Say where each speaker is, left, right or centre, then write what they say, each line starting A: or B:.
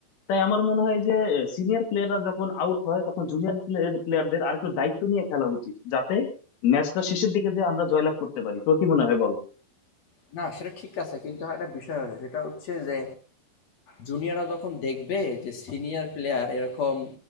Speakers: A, on the left (about 80°); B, on the left (about 45°).
A: তাই আমার মনে হয় যে সিনিয়র প্লেয়াররা যখন আউট হয় তখন জুনিয়র প্লেয়ারদের আর একটু দায়িত্ব নিয়ে খেলা উচিত যাতে ম্যাচটা শেষের দিকে যে আমরা জয়লাভ করতে পারি তোর কি মনে হয় বল
B: না সেটা ঠিক আছে কিন্তু আর একটা বিষয় হলো সেটা হচ্ছে যে জুনিয়ররা যখন দেখবে যে সিনিয়র প্লেয়ার এরকম